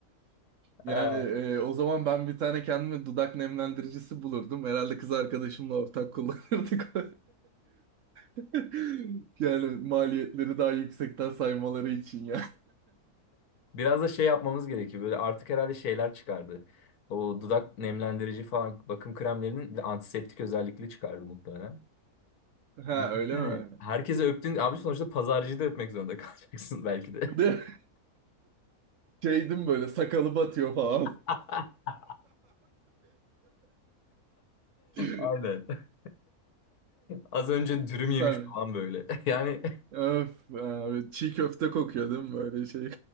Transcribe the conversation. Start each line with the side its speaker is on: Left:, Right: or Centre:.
Right: Yani
Left: Ee,
Right: e, o zaman ben bir tane kendime dudak nemlendiricisi bulurdum. Herhalde kız arkadaşımla ortak kullanırdık. <laughs> Yani maliyetleri daha yüksekten saymaları için ya.
Left: Biraz da şey yapmamız gerekiyor. Böyle artık herhalde şeyler çıkardı. O dudak nemlendirici falan bakım kremlerinin bir de antiseptik özellikli çıkardı muhtemelen.
Right: <laughs> Ha
Left: Düşünsene.
Right: öyle mi?
Left: Herkese öptün. Abi sonuçta pazarcıyı da öpmek zorunda <laughs> kalacaksın belki de.
Right: <laughs> De şeydim böyle sakalı batıyor falan.
Left: <laughs>
Right: <laughs>
Left: Aynen. <laughs> Az önce dürüm
Right: Süper.
Left: yemiş falan böyle. <laughs> Yani
Right: Öf abi, çiğ köfte kokuyor değil mi böyle şey?